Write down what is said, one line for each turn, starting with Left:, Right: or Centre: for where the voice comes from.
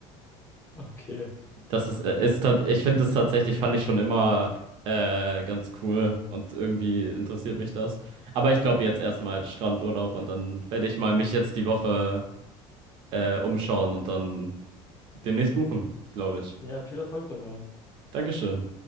Left: Okay.
Right: Das ist, äh, ist tat- ich finde es tatsächlich, fand ich schon immer äh, ganz cool und irgendwie interessiert mich das. Aber ich glaube jetzt erstmal Strandurlaub und dann werde ich mal mich jetzt die Woche äh, umschauen und dann demnächst buchen, glaube ich.
Left: Ja, viel Erfolg dabei.
Right: Dankeschön.